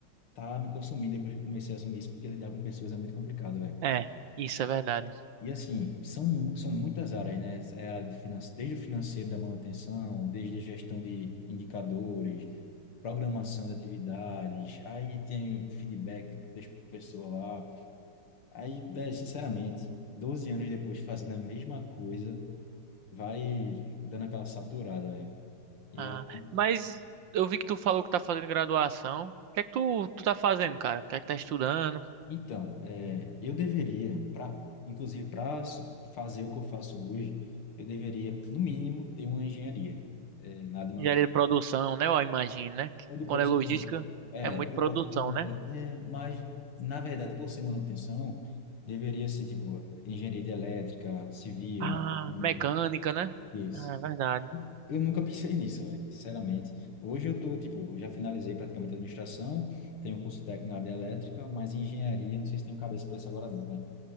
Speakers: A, on the left; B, on the right.
A: tá me consumindo depois que eu comecei a assumir isso, porque lidar com pessoas é muito complicado, velho.
B: É, isso é verdade.
A: E assim, são, são muitas áreas, né? É a área de finan- desde o financeiro da manutenção, desde a gestão de indicadores, programação de atividades, aí tem feedback da pessoa lá. Aí, velho, sinceramente, 12 anos depois fazendo a mesma coisa, vai dando aquela saturada, velho. E
B: Ah,
A: aí,
B: mas eu vi que tu falou que tá fazendo graduação. O que é que tu, tu tá fazendo, cara? O que é que tá estudando?
A: então, é, eu deveria, pra, inclusive para fazer o que eu faço hoje, eu deveria, no mínimo, ter uma engenharia, é, na área de manutenção
B: Engenharia de produção, né? Eu imagino, né? Que
A: O de
B: Quando
A: produção.
B: é logística,
A: É,
B: é muito
A: o de
B: produção,
A: produção
B: né?
A: é, é, mas, na verdade, por ser manutenção, deveria ser, tipo, engenharia de elétrica, civil,
B: Ah,
A: mecânica,
B: mecânica, né?
A: isso.
B: Ah, é verdade.
A: Eu nunca pensei nisso, velho, sinceramente. Hoje eu tô, tipo, já finalizei praticamente a administração, tenho um curso técnico na área de elétrica, mas em engenharia, não sei se tenho cabeça para isso agora não, velho.